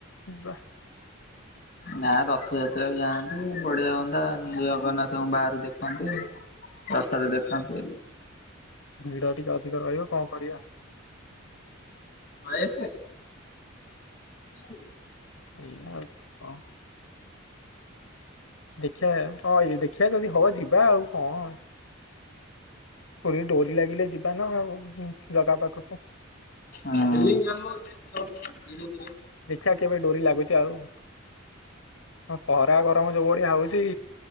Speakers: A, on the left; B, on the left.
A: ଯିବା
B: ନା <inaudible> ନା ରଥ ଯା ତେଣୁ ଯାଆନ୍ତେ ବଢିଆ ହୁଅନ୍ତା ଜଗନ୍ନାଥଙ୍କୁ ବାହାରୁ ଦେଖନ୍ତେ। ରଥରେ ଦେଖନ୍ତେ।
A: ଭିଡ଼ ଟିକେ ଅଧିକ ରହିବ କଣ କରିବା। <inaudible>
B: ଭାଇ ଆସିନି? <unintelligible>
A: ଏଇଆ ଆଉ କଣ। <inaudible> ଦେଖିବା ହଁ ଏଇ ଦେଖିଆ ଯଦି ହବ ଯିବା ଆଉ କଣ। ପୁରୀ ଡୋରି ଲାଗିଲେ ଯିବାନା ଆଉ ଜଗା ପା ଖକୁ
B: ଆ <inaudible> ନିଜ କୁ
A: ଦେଖିବା କେବେ ଡୋରି ଲାଗୁଛି ଆଉ <inaudible> ହଁ ଖରା ଗରମ ଯୋଉ ଭଳିଆ ହଉଛି